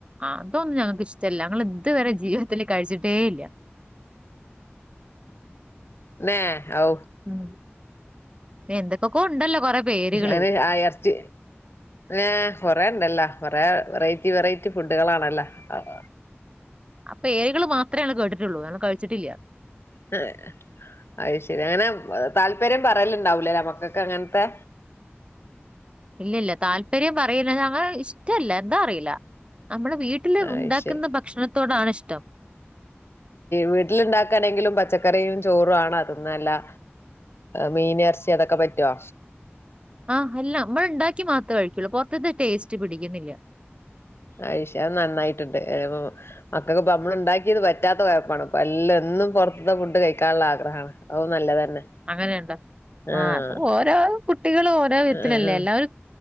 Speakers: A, on the right (about 25°); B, on the left (about 65°).
A: ആ അതൊന്നുംഞങ്ങൾക്ക് ഇഷ്ടല്ല ഞങ്ങൾ ഇതുവരെ ജീവിതത്തില് കഴിച്ചിട്ടേല്ല്യ
B: നെ ഔ
A: ഉം എന്തൊക്കൊ കൊണ്ടല്ലോ കൊറെ പേരുകള്
B: അങ്ങനെ അ എർച്ചി എ കൊറെേ ഉണ്ടല്ലോ കൊറെേ വെറൈറ്റി വെറൈറ്റി റ്റിഫുഡുകളാണല്ലോ <unintelligible>
A: അപെര്കള് മാത്ര ള്ളു കേട്ടിട്ടുള്ളൂ കാരണം കഴിച്ചിട്ടില്ല,
B: <unintelligible> അത് ശരി അങ്ങനെ താല്പര്യം പറയലുണ്ടാവുലല്ലേമക്കക്ക് അങ്ങനത്തെ
A: ഇല്ല്യല്ല താല്പര്യം പറയില്ല ങ്ങനെ ഇഷ്ടല്ല എന്താ അറിയില്ല നമ്മടെ വീട്ടില് ഉണ്ടാക്കുന്ന
B: അയ് ശരി
A: ഭക്ഷണത്തോടാണ് ഇഷ്ടം
B: വീട്ടിലുണ്ടാക്കാണെങ്കിലും പച്ചക്കറിയും ചോറും ആണോ തിന്നാല്ലേ മീൻ എറച്ചി അതൊക്കെ പറ്റോ?
A: ആഹ് എല്ല മ്മള്ണ്ടാക്കിയെ മാത്രേ കഴിക്കുള്ളൂ പൊറത്തത് ടേസ്റ്റ് പിടിക്കുന്നില്ല
B: അത് ശ നന്നായിട്ടുണ്ട് മക്ക ക്ക്ഇപ്പ നമ്മള് ഇണ്ടാക്കിയത് പറ്റ പറ്റാത്ത കൊഴപ്പാണ് ഇപ്പ എല്ലാം എന്നും പുറത്തത്തെ ഫുഡ് കഴിക്കാള്ള ആഗ്രഹാണ് അതും നല്ലതന്നെ
A: അങ്ങനെണ്ടോ
B: ആഹ്
A: ആ അത് ഓരോ കുട്ടികളും ഓരോ വിധത്തിലല്ലേ
B: ആഹ്
A: എല്ലാവരും